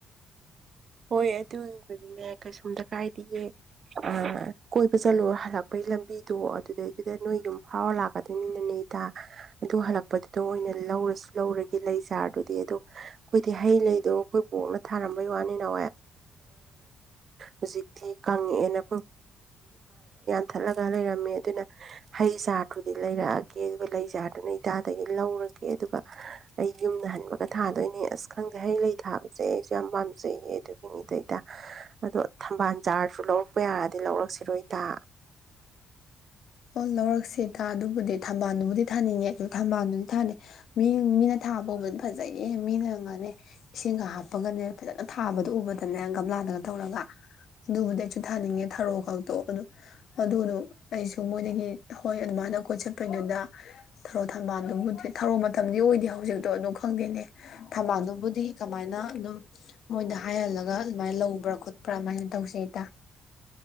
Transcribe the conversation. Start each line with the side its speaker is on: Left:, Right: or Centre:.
Right: ꯍꯣꯏ ꯑꯗꯨꯒꯤꯕꯨꯗꯤꯅꯦ ꯀꯩꯁꯣꯝꯇ ꯀꯥꯏꯗꯤꯌꯦ꯫ <unintelligible> ꯀꯣꯏꯕ ꯆꯠꯂꯣ ꯍꯜꯂꯛꯄꯒꯤ ꯂꯝꯕꯤꯗꯣ ꯑꯗꯨꯗꯩꯗꯨꯗ ꯅꯣꯏ ꯌꯨꯝ ꯐꯥꯎꯔ ꯂꯥꯛꯀꯗꯣꯏꯅꯤꯗꯅ ꯏꯇꯥ ꯑꯗꯨ ꯍꯜꯂꯛꯄꯗꯨꯗ ꯑꯣꯏꯅ ꯂꯧꯔꯖꯨ ꯂꯧꯔꯒꯦ ꯂꯩ ꯆꯥꯔꯗꯣ꯫ ꯗꯤ ꯗꯣ ꯑꯩꯈꯣꯏꯗꯤ ꯍꯩ ꯂꯩꯗꯣ ꯑꯩꯈꯣꯏ ꯕꯣꯛꯅ ꯊꯥꯔꯝꯕꯩ ꯋꯥꯅꯤ ꯅ ꯍꯧꯖꯤꯛꯇꯤ ꯀꯪꯉꯛꯑꯦ ꯊꯠꯂꯒ ꯂꯩꯔꯝꯃꯤ ꯑꯗꯨꯅ ꯍꯩ ꯆꯥꯔꯈꯨ ꯂꯩꯔꯛꯑ <unintelligible> ꯑꯗꯨꯒ ꯂꯩ ꯖꯥꯔꯗꯨꯅ ꯏꯇꯥꯗꯒꯤ ꯂꯧꯔꯒꯦ ꯑꯗꯨꯒ ꯑꯩ ꯌꯨꯝꯗ ꯍꯟꯕꯒ ꯊꯥꯗꯣꯏꯅꯦ ꯑꯁ ꯈꯪꯗꯦ ꯍꯩ ꯂꯩ ꯊꯥꯕꯁꯦ ꯌꯥꯝ ꯄꯥꯝꯖꯩꯌꯦ ꯑꯗꯨꯒꯤꯅꯤꯗ ꯐꯇꯥ ꯑꯗꯣ ꯊꯝꯕꯥꯜ ꯆꯥꯔꯁꯨ ꯂꯧ ꯄ ꯌꯥꯔꯗꯤ ꯂꯧꯔꯛꯁꯤꯔꯣ ꯏ ꯇꯥ
Left: ꯑꯣ ꯂꯧꯔꯛꯁꯤ <unintelligible> ꯑꯗꯨꯕꯨꯗꯤ ꯊꯝꯕꯥꯜꯗꯨꯕꯨꯗꯤ ꯊꯥꯅꯤꯡꯉꯦ ꯊꯝꯕꯥꯜꯗꯨꯗꯤ ꯊꯥꯅꯤ ꯃꯤ ꯃꯤꯅ ꯊꯥꯕ ꯎꯕꯗꯤ ꯐꯖꯩꯌꯦ ꯃꯤꯅꯪꯉꯅꯤ ꯏꯁꯤꯡꯒ ꯍꯥꯞꯄꯒꯅꯦ ꯐꯖꯅ ꯊꯥꯕꯗꯣ ꯎꯕꯗꯅꯦ ꯒꯝꯂꯥꯗꯒ ꯇꯧꯔꯒ ꯑꯗꯨꯕꯨꯗꯤ ꯑꯩꯁꯨ ꯊꯥꯅꯤꯡꯉꯦ ꯊꯔꯣ ꯈꯛ <unintelligible> ꯑꯗꯨꯅꯨ ꯑꯩꯁꯨ ꯑꯗꯨ ꯃꯣꯏꯗꯒꯤ ꯍꯣꯏ ꯑꯗꯨꯃꯥꯏꯅ ꯀꯣꯏ ꯆꯠꯄꯩꯗꯨꯅ ꯊꯔꯣ ꯊꯝꯕꯥꯜꯗꯨꯕꯨꯗꯤ ꯊꯔꯣ ꯃꯇꯝꯗꯤ ꯑꯣꯏꯗꯦ ꯍꯧꯖꯤꯛꯇꯣ ꯑꯗꯨ ꯈꯪꯗꯦꯅꯦ ꯊꯝꯃꯜꯅꯨꯕꯨꯗꯤ ꯀꯃꯥꯏꯅ ꯑꯗꯨꯝ ꯃꯣꯏꯗ ꯍꯥꯏꯍꯜꯂꯒ ꯑꯗꯨꯃꯥꯏꯅ ꯂꯧꯕ꯭ꯔꯥ ꯈꯣꯠꯄ꯭ꯔꯥ ꯑꯗꯨꯃꯥꯏꯅ ꯇꯧꯁꯦ ꯏꯇꯥ